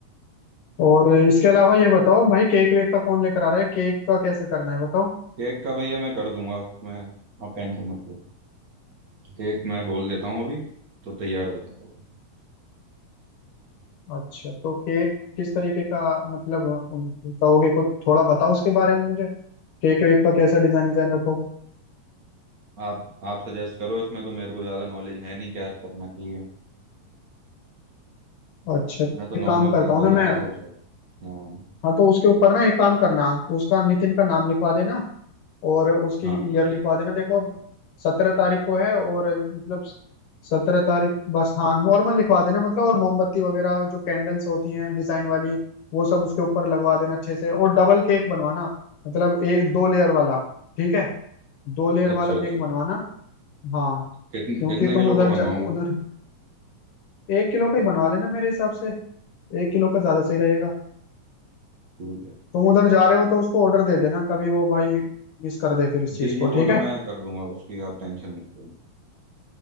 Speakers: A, on the left; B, on the right.
A: और इसके अलावा ये बताओ भाई केक वेक का कौन लेकर आ रहा है केक का कैसे करना है बताओ
B: केक का भैया मैं कर दूंगा उसमें आप टेंशन मत लो केक मैं बोल देता हूँ अभी तो तैयार हो जाएगा
A: अच्छा तो केक किस तरीके का मतलब कहोगे कुछ थोड़ा बताओ उसके बारे में मुझे केक वेक का कैसा डिजाइन डिजाइन रखोगे
B: आप आप सजेस्ट करो इसमें तो मेरे को ज़्यादा नॉलेज है नहीं क्या करना चाहिए
A: अच्छा एक
B: मैं तो नॉर्मल
A: काम करता
B: केक
A: हूँ
B: बनवाना
A: ना मैं
B: सोच रहा हूँ
A: हाँ तो उसके ऊपर ना एक काम करना उसका नितिन का नाम लिखवा देना और उसकी
B: हाँ हाँ
A: ईयर लिखवा देना देखो अब सत्रह तारीख को है और मतलब सत्रह तारीख बस हाँ नॉर्मल लिखवा देना मतलब और मोमबत्ती वगैरह जो कैंडल्स होती हैं डिजाइन वाली वो सब उसके ऊपर लगवा देना अच्छे से और डबल केक बनवाना मतलब एक दो लेयर वाला ठीक है दो लेयर
B: अच्छा
A: वाला
B: अच्छा
A: केक बनवाना हाँ
B: कितने
A: क्योंकि
B: कितने
A: तुम
B: किलो
A: उधर
B: का
A: जा
B: बनवाऊँ
A: उधर एक किलो का ही बनवा लेना मेरे हिसाब से एक किलो का ज्यादा सही रहेगा
B: ठीक है
A: तुम उधर जा रहे हो तो उसको ऑर्डर दे देना कभी वो भाई मिस कर दे फिर इस चीज
B: जी जी
A: को
B: वो
A: ठीक है
B: तो मैं कर दूंगा उसकी आप टेंशन मत लो